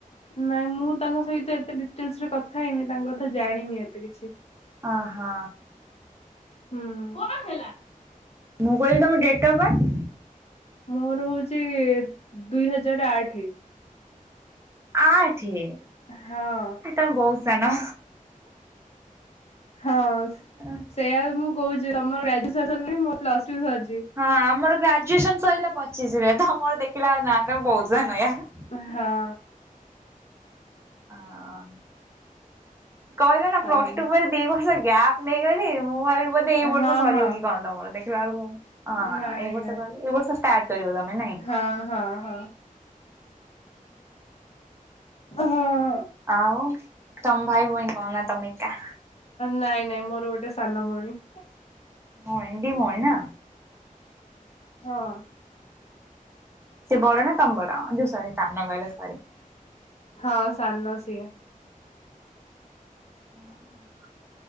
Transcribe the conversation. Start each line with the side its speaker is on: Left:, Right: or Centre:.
Left: ହ <inaudible> ନାଇଁ ମୁଁ ତାଙ୍କ ସହିତ ଏତେ ଡିଟେଲସରେ କଥା ହେଇନି ତାଙ୍କ କଥା ଜାଣିନି ଏତେ କିଛି।
Right: ଅହଁ।
Left: ହୁଁ କଣ ହେଲା।
Right: ମୁଁ କହିଲି ତମ ଡେଟ୍ ଅଫ୍ ବାର୍ଥେ?
Left: ମୋର ହୋଉଚି ଦୁଇ ହଜାର ଆଠେ।
Right: ଆଠେ?
Left: ହଁ।
Right: ହେ ତମେ ବୋହୁତ୍ ସାନ।
Left: ହଁ।
Right: <inaudible>
Left: ସେୟଆ ମୁଁ କହୁଛି ତମର ଗ୍ରାଜୁଏସନ ସିଲଣି ମୁଁ ପ୍ଲସ ଟୁ ସରିଛି।
Right: ହଁ ଆମର ଗ୍ରାଜୁଏସନ ସରିଲା ପଚିଶ ରେ ତମର ଦେଖିଲା ଆ ନା ତମ ବହୁତ <unintelligible>
Left: ହଁ।
Right: ଅ କହିଲ ନା
Left: ହଁ
Right: ପ୍ଲସ ଟୁ ପରେ ଦି ବର୍ଷ ଗ୍ୟାପ୍ ନେଇଗଲି ମୁଁ <unintelligible> ଏଇ ବର୍ଷ
Left: ହଁ
Right: ସରିବ
Left: ହଁ
Right: କି କଣ ତମର ଦେଖିଲା ବେଳକୁ <unintelligible>
Left: ନାଇଁ
Right: ହଁ ଏଇ ବର୍ଷ
Left: ନାଇଁ
Right: କ ଏଇ ବର୍ଷ ଷ୍ଟାର୍ଟ କରିବ ତମେ ନାଇଁ?
Left: ହଁ ହଁ ହଁ ହଁ।
Right: ଆଉ ତମ ଭାଇ ଭଉଣୀ <unintelligible>
Left: ନାଇଁ ନାଇଁ ମୋର ଗୋଟେ ସାନ ଭଉଣୀ।
Right: <unintelligible>
Left: ହଁ।
Right: ସେ ବଡ ନା ତମେ ବଡ? ଯୋଉ ସରି <unintelligible> କହିଲ <unintelligible>
Left: ହଁ ସାନ <unintelligible>
Right: ହଁ।